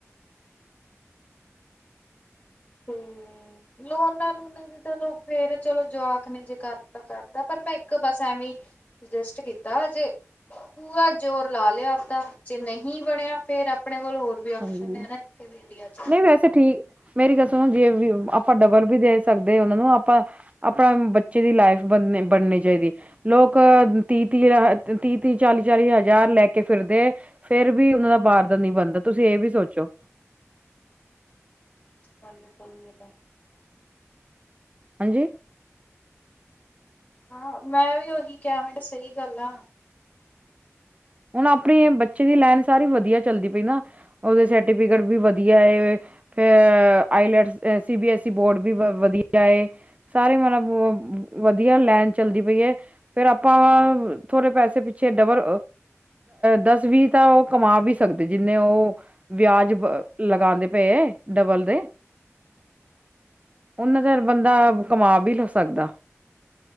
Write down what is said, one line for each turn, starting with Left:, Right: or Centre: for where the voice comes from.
Left: ਤੇਐ ਲੋਨਾ ਲੂਨਾਂ ਦੀ ਤਾਂ ਲੋਕ ਫੇਰ ਚਲੋ ਜਵਾਕ ਨੇ ਜੇ ਕਰਤਾ -ਕਰਤਾ ਪਰ ਮੈਂ ਇੱਕ ਬਸ ਐਵੇਂ ਕਿ ਸੁਜੈਸਟ ਕੀਤਾ ਜੇ ਪੂਰਾ ਜ਼ੋਰ ਲਾ ਲਿਆ ਆਪਦਾ ਜੇ ਨਹੀਂ ਬਣਿਆ ਫੇਿਰ ਆਪਣੇ ਕੋਲ ਹੋਰ ਵੀ ਆਪਸ਼ਨ
Right: ਹਾਂਜੀ
Left: ਨੇ ਨਾ ਇੱਥੇ ਵੀ ਇੰਡੀਆ ਵਿਚੱ
Right: ਨਹੀਂ ਵੈਸੇ ਠੀਕ ਮੇਰੀ ਗਲ ਸੁਣੋ ਜੇ ਵੀ ਆਪਾਂ ਡਬਲ ਵੀ ਦੇ ਸਕਦੇ ਉਹਨਾਂ ਨੂੰ ਆਪਾਂ ਆਪਣਾ ਬੱਚੇ ਦੀ ਲਾਈਫ ਬਣਨੀ ਚਾਹੀਦੀ ਲੋਕ ਤੀਹ -ਤੀਹ -ਤੀਹ- ਤੀਹ ਚਾਲੀ ਚਾਲੀ ਹਜ਼ਾਰ ਲੈ ਕੇ ਫਿਰਦੇ ਹੈ ਫੇਿਰ ਵੀ ਉਹਨਾਂ ਦਾ ਬਾਹਰ ਦਾ ਨੀ ਬਣਦਾ ਤੁਸੀਂ ਇਹ ਵੀ ਸੋਚੋ
Left: ਗੱਲ ਸਹੀ ਹੈ
Right: ਹਾਂਜੀ
Left: ਹਾਂ ਮੈਂ ਵੀ ਉਹੀ ਕਿਹਾ ਮੈਂ ਕੀ ਸਹੀ ਗੱਲ ਆ
Right: ਹੁਣ ਆਪਣੇ ਬੱਚੇ ਦੀ ਲਾਈਨ ਸਾਰੀ ਵਧੀਆ ਚੱਲਦੀ ਪਈ ਨਾ ਉਹਦੇ ਸਰਟੀਫਿਕੇਟ ਵੀ ਵਧੀਆ ਫੇ IELTS test C B S E board ਵੀ ਵ ਵਧੀਆ ਸਾਰੇ ਮਤਲਬ ਵਧੀਆ ਲੈਨ ਚੱਲਦੀ ਪਈ ਹੈ। ਫ਼ਿਰ ਆਪਾਂ ਥੋੜ੍ਹੇ ਪੈਸੇ ਪਿੱਛੇ ਡਬਲ ਦਸ ਵੀਹ ਤਾਂ ਉਹ ਕਮਾ ਵੀ ਸਕਦੇ ਜਿੰਨੇ ਉਹ ਵਿਆਜ ਲਗਾਉਂਦੇ ਪਏ ਹੈ। ਡਬਲ ਦੇ
Left: <inaudible>
Right: ਉਹਨਾਂ ਚਿਰ ਬੰਦਾ ਕਮਾ ਵੀ ਲੱਗ ਸਕਦਾ।